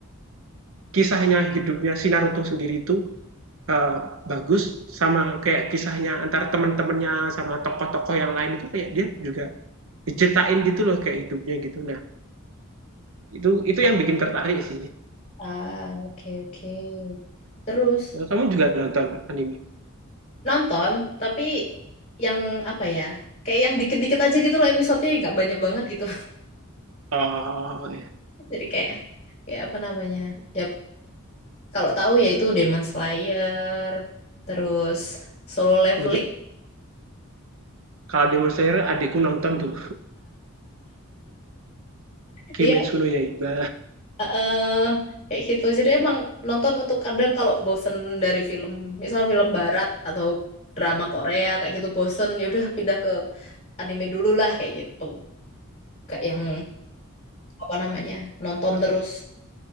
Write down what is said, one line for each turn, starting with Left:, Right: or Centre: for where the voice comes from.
Right: kisahnya hidupnya si Naruto sendiri itu eh, bagus sama kayak kisahnya antar temen-temennya sama tokoh-tokoh yang lain itu kayak dia juga diceritain gitu loh kayak hidupnya gitu nah itu itu yang bikin tertarik sih
Left: Ah, oke, oke. Terus,
Right: kalau kamu juga nonton anime
Left: nonton, tapi yang apa ya? Kayak yang dikit-dikit aja gitu loh episodenya, nggak banyak banget gitu.
Right: oh iya.
Left: <laughs> Jadi kayak, kayak apa namanya? Ya, kalau tahu yaitu Demon Slayer, terus Solo Leveling.
Right: betul kalau Demon Slayer adikku nonton tuh <laughs> Kimetsu
Left: Iya,
Right: no Yaiba
Left: eh kayak gitu. Jadi emang nonton untuk kadang kalau bosen dari film, misal film barat atau drama Korea kayak gitu bosen, yaudah pindah ke anime dulu lah kayak gitu. Kayak yang apa namanya nonton terus.